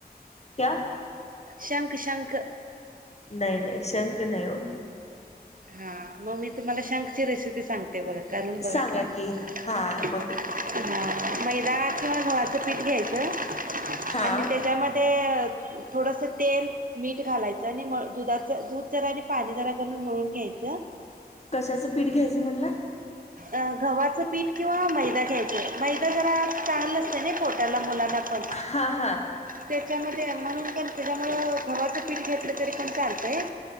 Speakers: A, on the left; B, on the right.
A: क <unintelligible>
B: शंख शंख.
A: नाही नाही शंक नाही हो.
B: हा मग मी तुम्हाला शंखची रेसिपी सांगते. ते बघ <inaudible> करून बघा
A: सांगा
B: ट्राय. <inaudible>
A: की हा बघ
B: हा मैदा किंवा गव्हाच पीठ घ्यायचं. <inaudible>
A: हा
B: आणि त्याच्यामध्ये. थोडंसं तेल मीठ घालायचं आणि म दुधाचं दूध जरा आणि पाणी जरा घालून मिळून. घ्यायचं.
A: कशाचं पीठ घ्यायचं म्हटला?
B: अ गव्हाचं पीठ किंवा मैदा घ्यायचं मैदा जरा चांगलं असतय नाही पोटाला मुलांना पण
A: हा हा
B: त्याच्यामध्ये म्हणून <unintelligible> त्याच्यामुळं गव्हाचं पीठ घेतलं तरी पण चालतंय